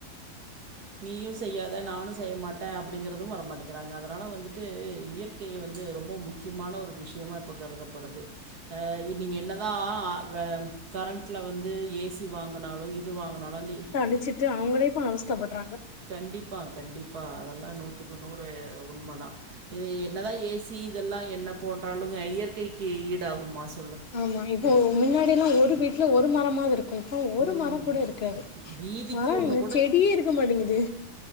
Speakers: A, on the right (about 80°); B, on the left (about 45°).
A: நீயு செய்யாத நானு செய்ய மாட்ட அப்படிங்கறதும் வரமாட்டேங்கிறாங்க அதனால வந்துட்டு ட்டு இயற்கைய வந்து ரொம்ப முக்கியமான ஒரு விஷயமா இப்போ கருதப்படுது ஆ இ நீங்க என்னதா வ கரண்ட்ல வந்து ஏசி வாங்குனாலு இது வாங்குனாலு அந்த
B: வச்சிட்டு அவுங்களே இப்ப அவஸ்தப்பட்றாங்க
A: கண்டிப்பா கண்டிப்பா அதெல்லா நூத்துக்கு நூறு உண்மதான் இது என்னதா ஏசி இதெல்லா என்ன போட்டாலுங்க இயற்கைக்கி ஈடாகுமா சொ
B: ஆமா இப்போ ஒ மின்னாடில்லா ஒரு வீட்ல ஒரு மரமாவது இருக்கூ ப இப்போ ஒரு
A: ம்
B: மரம் கூட இருக்காது
A: வீதிக்கு
B: மரம்
A: ஒன்று
B: என்ன செடியே இருக்க மாட்டேங்குது